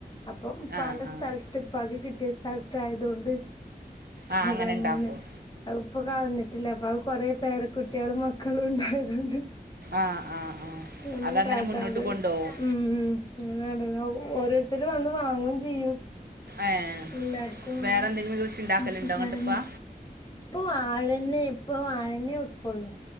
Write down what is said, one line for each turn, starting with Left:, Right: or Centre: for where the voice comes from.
Left: അപ്പൊ പ്പാന്റെ
Right: ആഹ് ആഹ്
Left: സ്ഥലത്ത് പ്പാക്ക് കി കിട്ടിയ സ്ഥലത്തായതൊണ്ട്
Right: ആഹ്
Left: അതങ്ങനെ
Right: അങ്ങനെ ഇണ്ടാക്കും
Left: അഹ് പ്പ ക ൾഞ്ഞിട്ടില്ല പ്പാക്ക് കൊറെ പേര കുട്ടിയാളും മക്കളും ണ്ടായതോണ്ട്
Right: ആഹ് ആഹ് ആഹ്
Left: ഒന്നും
Right: അതങ്ങനെ
Left: കാട്ടാതെ
Right: മുന്നോട്ട്
Left: വെച്ച്
Right: കൊണ്ടോവും
Left: ഉം ഉം ഞാ കണ്ട് ണ് ഓരോര്ത്തര് വന്ന് വാങ്ങും ചെയ്യും.
Right: ഏ ഹ്
Left: എല്ലാർക്കും ഇങ്ങനെ
Right: വേറെ എന്തെങ്കിലും കൃഷി ഇണ്ടാക്കല്ണ്ടോ
Left: ആവശ്യക്കാരാണ്
Right: ഇങ്ങട്ട് പ്പാ
Left: ഇപ്പൊ വാഴന്നെ ഇപ്പൊ വാഴന്നെ വെക്കുള്ളൂ